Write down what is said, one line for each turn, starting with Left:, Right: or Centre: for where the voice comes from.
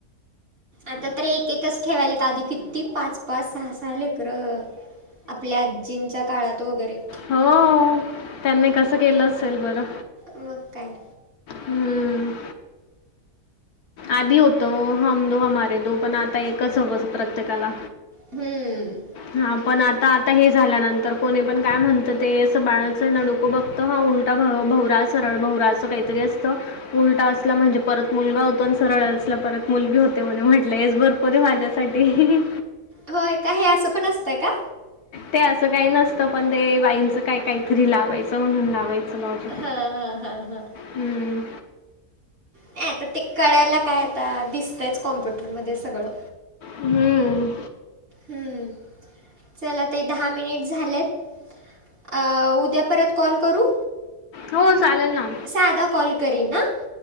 Right: आता तर एक एकच ठेवायलेत आधी किती पाच पाच सहा सहा लेकरं आपल्या आजींच्या काळात वगैरे
Left: हो, त्यांनी कसं केलं असेल बरं.
Right: मग काय.
Left: हम्म आधी होत हम दो हमारे दो पण आता एकच हवं प्रत्येकाला.
Right: हम्म
Left: हा पण आता आता हे झाल्यानंतर कोणी पण काय म्हणतं ते असं बाळाचं डोकं बघत ह उल भौरा सरळ भौरा असं काहीतरी असतं उलटा असला म्हणजे परत मुलगा हो पण सरळ असलं परत मुलगी होते म्हणे म्हटलं हेच भरपूर आहे माझ्यासाठी.
Right: होय काय हे असं पण असतंय का?
Left: ते असं काही नसतं पण ते बाईंचं काय काहीतरी लावायचं म्हणून लावायचं. लॉजिक
Right: हा हा हा हा
Left: हम्म
Right: नाही आता ते कळायला काय आता दिसतंयच कॉम्प्युटरमध्ये सगळं.
Left: हम्म
Right: हम्म. चला ताई दहा मिनिट झालेत. आ उद्या परत कॉल करू,
Left: हो चालेल ना.
Right: साधा कॉल करीन आ.